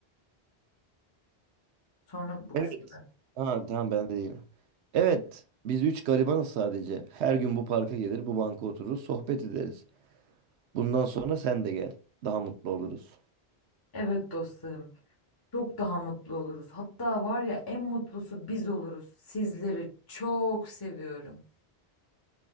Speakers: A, on the left (about 20°); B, on the right (about 75°).
A: Sonra bu
B: Evet.
A: kısmı.
B: Ha, tamam ben de değilim. Evet, biz üç garibanız sadece. Her gün bu parka gelir, bu banka otururuz, sohbet ederiz. Bundan sonra sen de gel. Daha mutlu oluruz.
A: Evet dostlarım, çok daha mutlu oluruz. Hatta var ya en mutlusu biz oluruz. Sizleri çok seviyorum.